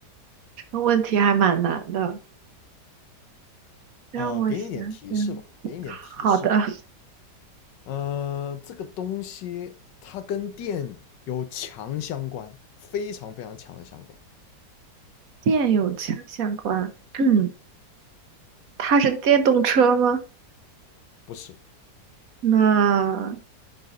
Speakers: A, on the right (about 55°); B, on the left (about 80°).
A: 这个问题还蛮难的，让我想想。
B: 啊，呃，给你一点提示吧，给你一点提示。
A: 好的，
B: 呃，这个东西它跟电有强相关，非常非常强的相关。
A: 电有强相关。嗯，它是电动车吗？
B: 不是，
A: 那